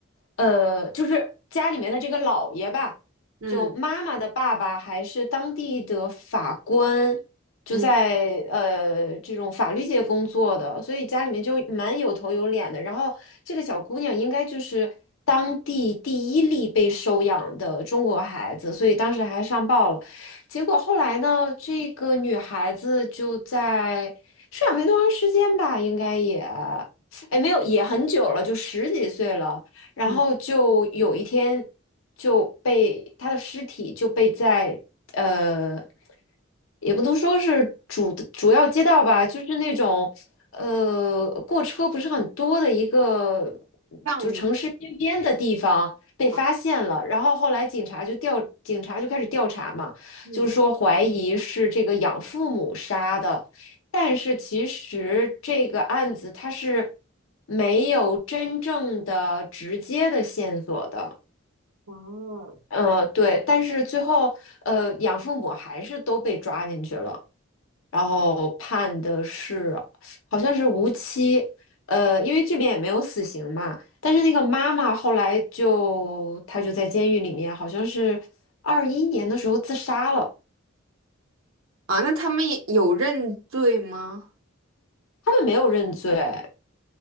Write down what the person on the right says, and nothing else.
嗯
嗯
嗯，
这样子
啊，
嗯
哦，
啊，那他们也有认罪吗？